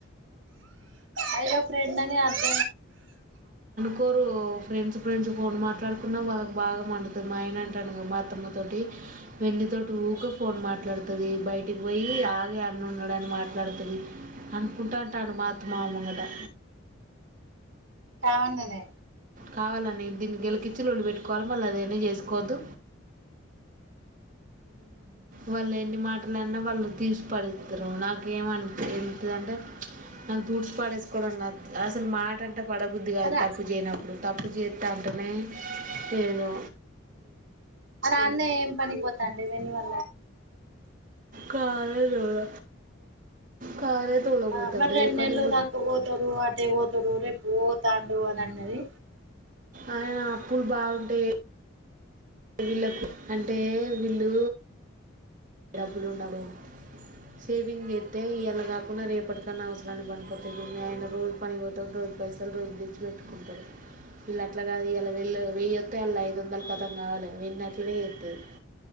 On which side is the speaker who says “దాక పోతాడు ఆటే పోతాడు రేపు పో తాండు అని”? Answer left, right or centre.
Right